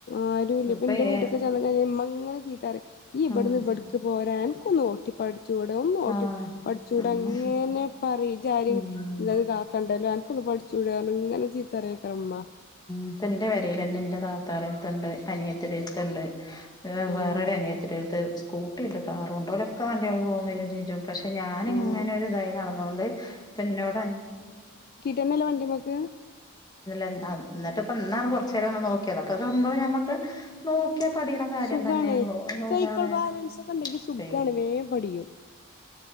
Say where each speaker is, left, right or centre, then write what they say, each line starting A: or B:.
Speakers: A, on the left; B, on the left.
A: ആരുമല് ഇപ്പ
B: അപ്പ
A: എന്റെ
B: ഏ
A: വീട്ടക്കെ ചെന്ന് കഴിഞ്ഞമ്മ അങ്ങനെ ചീത്തറയും ഈ ഇവിടെന്ന്
B: ആഹ്
A: ഇവിടക്ക് പോരാൻ ന്നോട്ടി പഠി പട ഓട്ടി
B: ആഹ്
A: പഠിച്ചൂട
B: ആഹ്
A: അങ്ങനെ പറീമിച്ചാരിം
B: ഉം
A: ഇത് കാക്കണ്ടല്ലോ ഒന്ന് പഠിച്ചുടന്നങ്ങനെ ചീത്തറിയക്കറമ്മ.
B: ഇപ്പം എൻ്റെ വരയിൽ തന്നെ എൻ്റെ താത്താടെ അരുത്തുണ്ട്, അനിയത്തി അരുത്തുണ്ട്.
A: ആഹ്
B: വേറൊരനിയത്തിടെ അടുത്ത് സ്കൂട്ടി ഉണ്ട്, കാറും ഉണ്ട് ഓലൊക്കെ വണ്ടികള് പോകൻ വരയും ചെയ പക്ഷെ ഞാൻ
A: ആഹ്
B: ഇങ്ങനെ ഒരു ഇതായി നടന്നൊണ്ട് പിന്നോട
A: ചെന്നൈയില വണ്ടിമക്ക്
B: എന്നിട്ട് ഇപ്പ എന്നാണ് കുറച്ച നേരം ഒന്ന് നോക്കിയത് അപ്പൊ സംഭവം നഞമ്മക്ക് നോ പഠിക്കണ കാര്യം
A: സുഖാണ്
B: തന്നെയള്ളൂ അതന്താണ്
A: സൈക്കിൾ ബാലൻസ് ഒക്കെ ഉണ്ടെങ്കി സുഖാണ്
B: <unintelligible> <unintelligible>
A: വേം പഠിയും